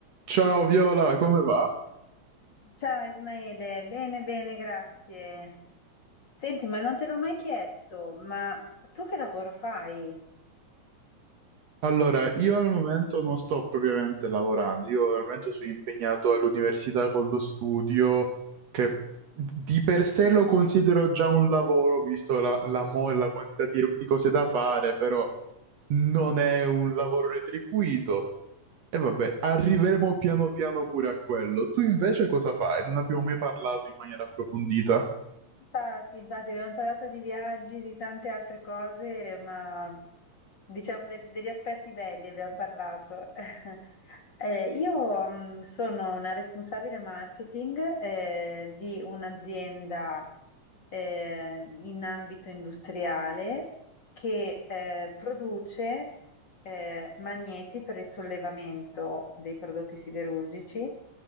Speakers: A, on the right; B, on the left.
A: Ciao Viola, come va?
B: Ciao Ismaele, bene, bene, grazie. Senti, ma non te l'ho mai chiesto, ma tu che lavoro fai?
A: Allora, io al momento non sto propriamente lavorando, io al momento sono impegnato all'università con lo studio, che di per sé lo considero già un lavoro, visto la, la mole, la quantità di, di cose da fare, però non è un lavoro retribuito. E vabbè, arriveremo piano piano pure a quello. Tu invece cosa fai? Non abbiamo mai parlato in maniera approfondita.
B: Infatti, infatti, abbiamo parlato di viaggi, di tante altre cose, ma diciamo degli, degli aspetti belli abbiamo parlato. <laughs> Eh, io mh, sono una responsabile marketing eh, di un'azienda eh, in ambito industriale che eh, produce eh, magneti per il sollevamento dei prodotti siderurgici